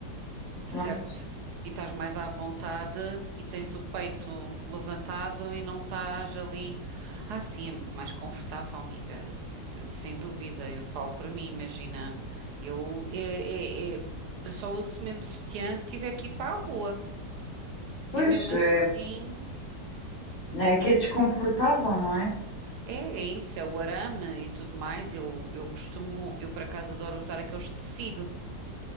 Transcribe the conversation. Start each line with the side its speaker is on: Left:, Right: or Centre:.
Right: certo?
Left: pronto.
Right: E estás mais à vontade e tens o peito levantado e não estás ali. Ah, sim, é muito mais confortável, amiga. Eh, eh, Sem dúvida, eu falo por mim, imagina. Eu, é, é, é- eu só uso mesmo sutiã se tiver que ir para a rua.
Left: Pois,
Right: E mesmo assim,
Left: é, é que é desconfortável, não é?
Right: é, é isso, é o arame e tudo mais. Eu, eu costumo, eu por acaso adoro usar aqueles de tecido.